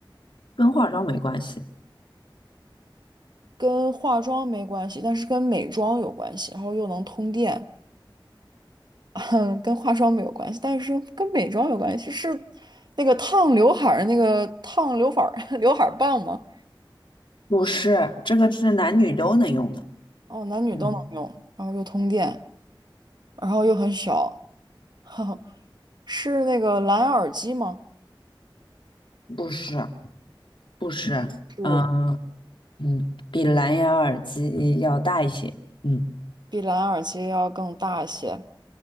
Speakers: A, on the left; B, on the right.
A: 跟化妆没关系。
B: 跟化妆没关系，但是跟美妆有关系，然后又能通电，<laughs> 跟化妆没有关系，但是跟美妆有关系，是那个烫刘海儿那个烫刘海儿 <laughs> 刘海儿棒吗？
A: 不是，这个是男女都能用的。
B: 哦，男女都能用，
A: 嗯，
B: 然后又通电，然后又很小，<laughs> 是那个蓝牙耳机吗？
A: 不是，不是 <laughs>，
B: 是，
A: 嗯嗯，比蓝牙耳机要大一些。嗯，
B: 比蓝牙耳机要更大一些。